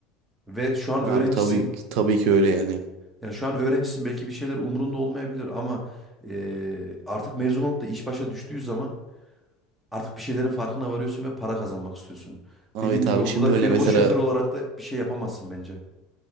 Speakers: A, in the centre; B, on the right.
A: Ve şu an
B: Abi
A: öğrencisin.
B: tabii tabii ki öyle yani.
A: Yani şu an öğrencisin belki bir şeyler umurunda olmayabilir ama e, artık mezun olup da iş başa düştüğü zaman artık bir şeylerin farkına varıyorsun ve para kazanmak istiyorsun.
B: Abi
A: Dediğin
B: tabii
A: gibi
B: şimdi
A: burada feribot
B: öyle mesela
A: şoför olarak da bir şey yapamazsın bence.